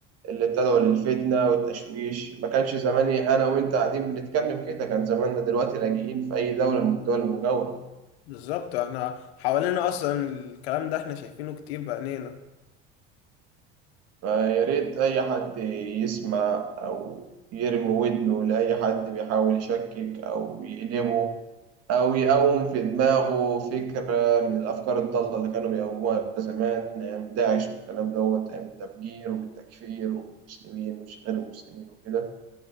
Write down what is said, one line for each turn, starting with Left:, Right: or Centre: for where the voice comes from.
Right: اللي بتدعو للفتنة والتشويش ما كانش زماني أنا وأنت قاعدين بنتكلم كده كان زماننا دلوقتي لاجئين في أي دولة من الدول المجاورة
Left: بالظبط احنا حوالينا اصلا الكلام ده احنا شايفينه كتير بعينينا
Right: فيا ريت أي حد يسمع أو يرمي ودنه لأي حد بيحاول يشكك أو يقلبه أو يقوم في دماغه فكرة من الأفكار الضالة اللي كانوا بيقوموها زمان أيام داعش والكلام دوت أيام التفجير والتكفير والمسلمين ومش غير المسلمين وكده